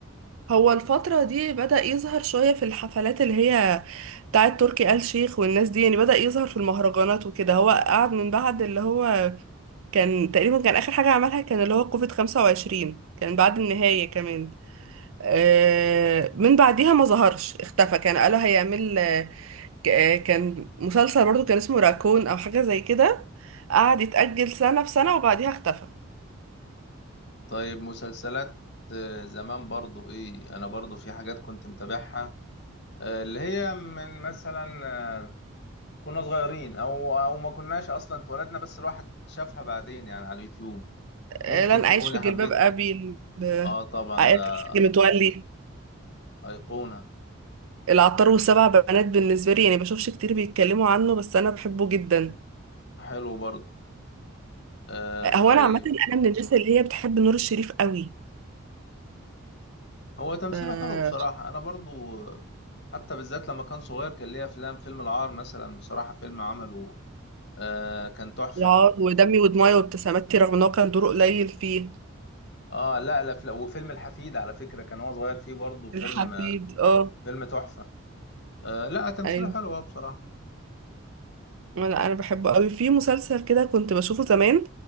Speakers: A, on the right; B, on the left.
A: هو الفترة دي بدأ يظهر شوية في الحفلات اللي هي بتاعت تركي آل شيخ والناس دي يعني بدأ يظهر في المهرجانات وكده هو قعد من بعد اللي هو كان تقريبا كان آخر حاجة عملها كان اللي هو كوفيد 25 كان بعد النهاية كمان آه، من بعديها ما ظهرش اختفى كان قالوا هيعمل آه، ك- آه، كان مسلسل برضو كان اسمه راكون او حاجة زي كده قعد يتأجل سنة في سنة وبعديها اختفى
B: طيب مسلسلات آه، زمان برضو ايه انا برضو في حاجات كنت متابعها آه، اللي هي من مثلا آه، كنا صغيرين او او ما كناش اصلا اتولدنا بس الواحد شافها بعدين يعني على اليوتيوب ممكن
A: آه، لن
B: تكوني
A: أعيش في جلباب
B: حبيت
A: أبي ال-
B: اه طبعا
A: عائلة
B: ده
A: الحاج متولي
B: ايقونة
A: العطار والسبع بنات بالنسبة لي يعني بشوفش كتير بيتكلموا عنه بس أنا بحبه جدا
B: حلو برضو آه
A: آه،
B: طيب
A: هو أنا عامة أنا من الناس اللي هي بتحب نور الشريف قوي
B: هو تمثيله
A: آه،
B: حلو بصراحة انا برضو آه، حتى بالذات لما كان صغير كان ليه افلام فيلم العار مثلا بصراحة فيلم عمله آه كان تحفة
A: العار ودمي ودموعي وابتساماتي رغم إن هو كان دوره قليل فيه
B: اه لا لا لا وفيلم الحفيد على فكرة كان هو صغير فيه برضو فيلم
A: الحفيد اه
B: فيلم تحفة آه لا تمثيله
A: ايوه
B: حلو هو بصراحة
A: لا انا بحبه قوي في مسلسل كده كنت بشوفه زمان